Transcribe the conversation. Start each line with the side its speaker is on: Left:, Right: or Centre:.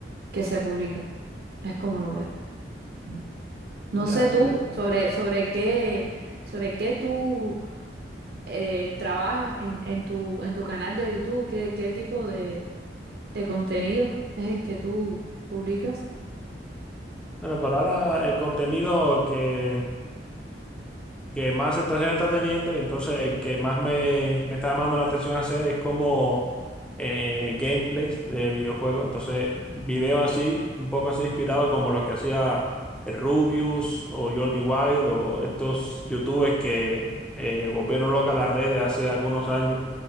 Right: que se publica. Es como lo veo. Mm. No
Centre: ya
Right: sé tú
Centre: veo.
Right: sobre, sobre qué, sobre qué tú eh, trabajas en, en tu, en tu canal de YouTube, qué, qué tipo de, de contenido es el que tú publicas.
Centre: Bueno, pero ahora el contenido que, que más aceptación está teniendo y entonces el que más me, me está llamando la atención hacer es como eh, gameplays de videojuegos. Entonces, videos así, un poco así inspirado como los que hacía el Rubius o Jordi Wild o estos youtubers que eh, volvieron locas las redes hace algunos años.